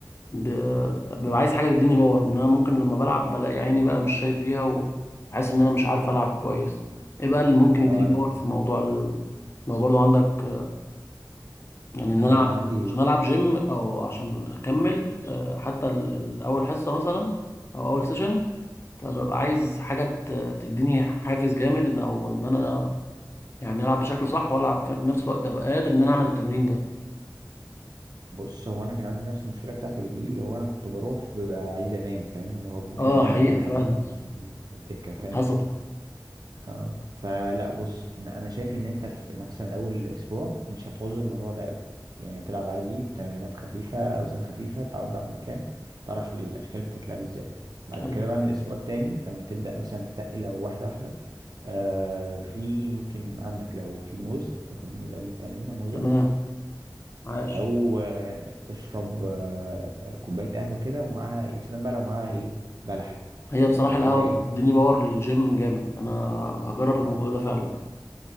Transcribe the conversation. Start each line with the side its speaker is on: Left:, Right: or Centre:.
Left: ب... ببقى عايز حاجة تديني باور إن أنا ممكن لما بلعب بلاقي عيني بقى مش شايف بيها وبحس إن أنا مش عارف ألعب كويس إيه بقى اللي ممكن
Right: اه
Left: يديني
Right: انا
Left: باور في موضوع ال... لو برضو عندك يعني ان انا
Right: انا
Left: ألعب-
Right: عندي
Left: عشان العب جيم او عشان اكمل آه، حتى ال- ال- اول حصه مثلا او اول سيشن فببقى عايز حاجه ت- تديني حافز جامد ان او ان انا يعني العب بشكل صح والعب في نفس الوقت ابقى قادر ان انا اعمل التمرين ده
Right: بص هو انا كان عندي نفس المشكله بتاعتك دي اللي هو انا كنت بروح ببقى عايز انام فاهم اللي هو ممكن
Left: اه
Right: انام
Left: حقيقه
Right: هناك
Left: فعلا
Right: على على الدكه فاهم
Left: حصل
Right: اه فلا بص ان انا شايف ان انت في مثلا اول اسبوع مش هتعوز الموضوع ده قوي يعني هتلعب عادي بتمرينات خفيفه اوزان خفيفه تعود على المكان تعرف الاشكال بتتلعب ازاي بعد
Left: حلو
Right: كده بقى من الاسبوع التاني لما تبدا مثلا تتقل لو واحده واحده آه في ممكن عندك لو في موز تاكل موز قبل التمرين موزه
Left: تمام عاش
Right: او آه تشرب آه كوبايه قهوه كده ومعاها يا سلام بقى لو معاها ايه بلح
Left: هي بصراحه
Right: انت كده
Left: القهوه
Right: ايه
Left: بتديني
Right: بص
Left: باور للجيم جامد انا هجرب
Right: اه
Left: الموضوع ده فعلا